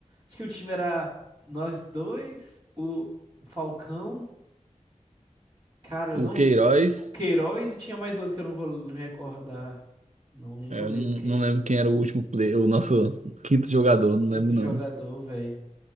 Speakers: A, on the right (about 30°); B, on the right (about 65°).
A: Acho que o time era nós dois, o o Falcão, cara, eu
B: O
A: não
B: Queiroz,
A: lembro. O Queiroz e tinha mais outro que eu não vou me recordar. Não lembro
B: é, eu
A: mesmo
B: não,
A: quem
B: não
A: era.
B: lembro quem era o último player, o nosso <laughs> quinto jogador, não
A: Quinto
B: lembro
A: jogador,
B: não.
A: velho.